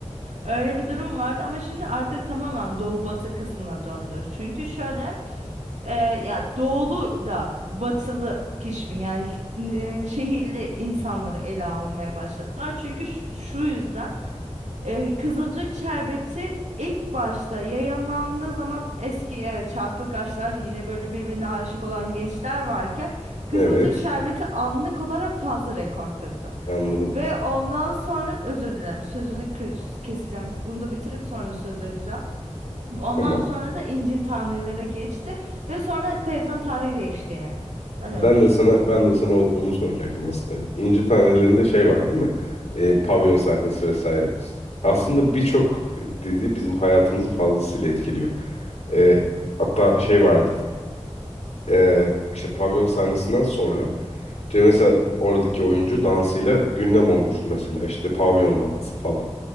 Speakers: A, on the right; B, on the left.
A: Öyle bir durum vardı ama şimdi artık tamamen doğu batı kısmına döndü. Çünkü şöyle e, ya doğuluyla batılı kişimin yani e, şehirli insanları ele almaya başladılar. Çünkü
B: Hı.
A: şu, şu yüzden e, Kızılcık şerbeti ilk başta yayınlandığı zaman eski evet çarpık aşklar yine böyle birbirine aşık olan gençler varken Kızılcık
B: Evet.
A: şerbeti anlık olarak fazla rekor kırdı.
B: Anladım.
A: Ve ondan sonra özür dilerim sözünü kır- keseceğim. Bunu da bitirip sonra söz vereceğim. Ondan
B: Tamam.
A: sonra da incin tanelere geçti ve sonra televizyon tarihi değişti yani. Ben
B: Ben
A: öyle düşünüyorum.
B: de sana ben de sana o- onu soracaktım aslında. İnci Taneleri'nde şey var değil mi? Ee, pavyon sahnesi vesaire. Aslında birçok dizi bizim hayatımızı fazlasıyla etkiliyor. Ee, hatta şey vardı. Ee, işte pavyon sahnesinden sonra işte mesela oradaki oyuncu dansıyla gündem olmuştu mesela işte pavyon dansı falan.